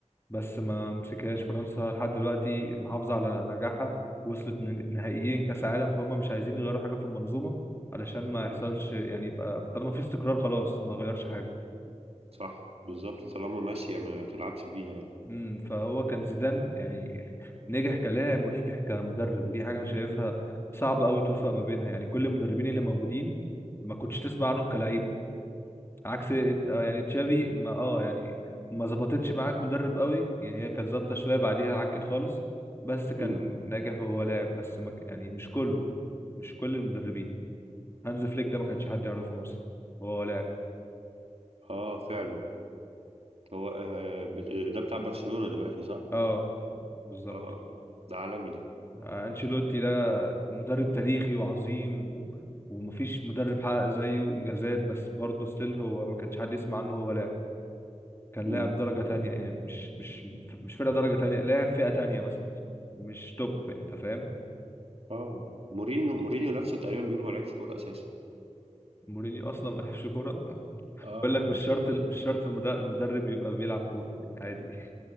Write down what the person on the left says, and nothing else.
بس ما مسكهاش فرنسا لحد دلوقتي محافظة على نجاحها وصلت ن- نهائيين كأس عالم فهم مش عايزين يغيروا حاجة في المنظومة علشان ما
يحصلش يعني يبقى طالما في استقرار خلاص ما غيرش حاجة
امم فهو كان زيدان يعني نجح كلاعب ونجح كمدرب ودي حاجه انا شايفها صعب قوي توفق ما بينها يعني كل المدربين اللي موجودين ما كنتش تسمع عنهم كلاعيبه عكس آه يعني تشافي ما اه يعني ما ظبطتش معاك مدرب قوي يعني هي كانت ظابطه شويه بعديها عكت خالص بس كان
ناجح وهو لاعب بس ما ك- يعني مش كله مش كل المدربين هانز فليك ده ما كانش حد يعرفه مثلا وهو لاعب
اه بالظبط
آه، انشيلوتي ده مدرب تاريخي وعظيم و... ومفيش مدرب حقق زيه انجازات بس برضه ستيل هو ما كانش حد يسمع عنه هو لاعب كان
لاعب درجة تانية يعني مش مش مش فرقة درجة تانية لاعب فئة تانية مثلا مش توب انت فاهم
مورينيو اصلا ما لعبش كورة
بقول لك مش شرط ال- مش شرط المد- المدرب يبقى بيلعب كورة يعني عادي